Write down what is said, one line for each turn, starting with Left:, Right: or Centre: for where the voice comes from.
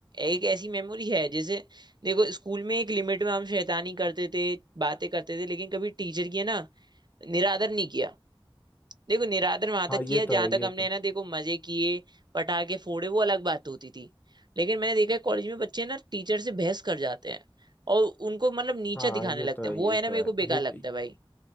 Right: एक ऐसी मेमोरी है जैसे देखो स्कूल में एक लिमिट में हम शैतानी करते थे बातें करते थे लेकिन कभी टीचर की है ना निरादर नहीं किया देखो निरादर वहां
Left: हाँ
Right: तक
Left: ये
Right: किया
Left: तो
Right: जहां
Left: है ये
Right: तक हमने
Left: तो
Right: है ना देखो मजे किए पटाखे फोड़े वो अलग बात होती थी लेकिन मैंने देखा है कॉलेज में बच्चे ना टीचर से बहस कर जाते हैं और उनको मतलब नीचा
Left: हाँ
Right: दिखाने
Left: ये
Right: लगते
Left: तो है
Right: हैं वो
Left: ये
Right: है ना
Left: तो
Right: मेरे
Left: है
Right: को बेकार
Left: ये तो
Right: लगता है भाई